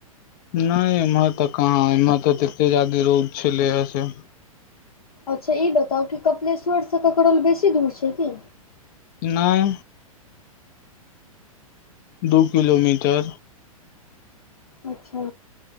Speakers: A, on the left; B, on the left.
A: नहि इम्हर तऽ कहाँ एम्हर तऽ तते जादे रोड छले ह से
B: अच्छा ई बताउ कि कपिलेश्वरसँ ककरौल बेसी दूर छै की
A: नइ दू किलोमीटर
B: अच्छा